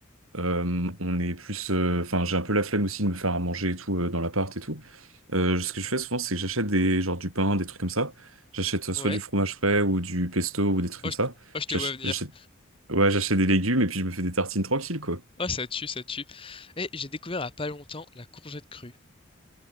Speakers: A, on the right (about 80°); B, on the left (about 25°).
A: euh, on est plus. euh, Enfin, j'ai un peu la flemme aussi de me faire à manger et tout euh, dans l'appart et tout. Euh, ce que je fais souvent, c'est que j'achète des, genre, du pain, des trucs comme ça. J'achète euh, soit
B: Ouais.
A: du fromage frais ou du pesto ou des trucs
B: Oh,
A: comme
B: je,
A: ça.
B: oh, je te
A: J'ach-
B: vois venir.
A: J'achète, ouais, j'achète des légumes et puis je me fais des tartines tranquilles, quoi.
B: Oh, ça tue, ça tue. Et j'ai découvert il y a pas longtemps la courgette crue.